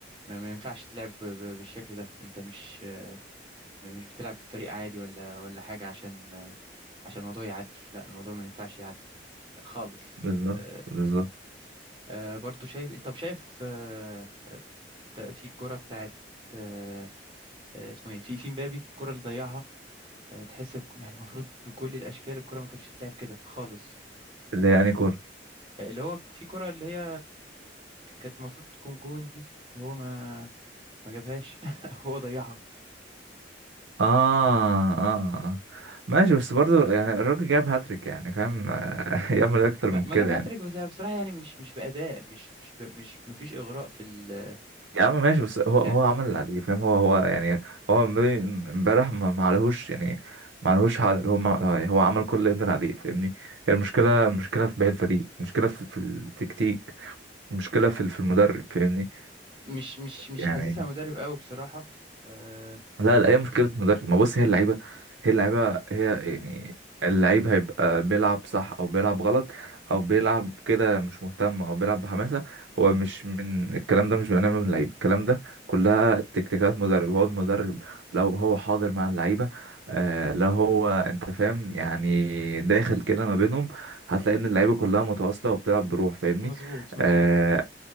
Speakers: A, on the right; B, on the right.
A: ما, ما ينفعش تلعب ب- ب- بالشكل ده انت مش مش بتلعب بفريق عادي ولا ولا حاجه عشان عشان الموضوع يعدي لا الموضوع ما ينفعش يعدي خالص
B: بالظبط
A: آه،
B: بالظبط
A: آه برضو شايف طب شايف آه آه، انت في الكرة بتاعت آه آه، اسمه ايه في في مبابي الكرة اللي ضيعها آه تحس بك- يعني المفروض بكل الاشكال الكرة ما كانتش تتلعب كده خالص
B: اللي هي يعني كورة
A: آه اللي هو في كرة اللي هي كانت المفروض تكون جون دي وهو ما ما جابهاش <laughs> هو ضيعها
B: آه آه آه ماشي بس برضه يعني الراجل جاب هاتريك يعني فاهم آه، <laughs> يعمل إيه أكتر
A: ما,
B: من
A: ما
B: كده
A: جاب هاتريك
B: يعني
A: بس أنا بصراحة يعني مش مش بأداء مش مش ب... مش ما فيش إغراء في ال-
B: يا عم ماشي بس
A: في
B: هو
A: اللعب
B: هو عمل اللي عليه فاهم هو هو يعني هو امبارح امبارح ما ما عليهوش يعني ما عليهوش حاجة هو ما هو عمل كل اللي يقدر عليه فاهمني هي المشكلة المشكلة في باقي الفريق المشكلة في, في التكتيك المشكلة في في المدرب فاهمني
A: مش مش مش
B: يعني
A: حاسسها مدرب قوي بصراحة آه
B: لا لا هي مشكله مدرب ما بص هي اللعيبه هي اللعيبه هي يعني اللعيب هيبقى بيلعب صح او بيلعب غلط او بيلعب كده مش مهتم او بيلعب بحماسه هو مش من الكلام ده مش بيبقى نابع من اللعيب الكلام ده كلها تكتيكات مدرب هو المدرب لو هو حاضر مع اللعيبه آه لو هو انت فاهم يعني داخل كده ما بينهم هتلاقي ان اللعيبه كلها متواصله وبتلعب بروح فاهمني
A: مظبوط مظبوط
B: آه